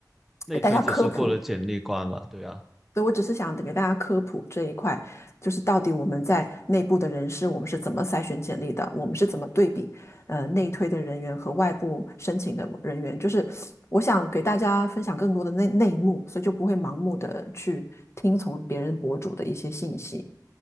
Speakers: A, in the centre; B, on the left.
A: 内推只是过了简历关嘛，
B: 给大家科普。
A: 对啊，
B: 所以，我只是想给大家科普这一块，就是到底我们在内部的人事，我们是怎么筛选简历的，我们是怎么对比，呃，内推的人员和外部申请的人员，就是我想给大家分享更多的内内幕，所以就不会盲目的去听从别人博主的一些信息。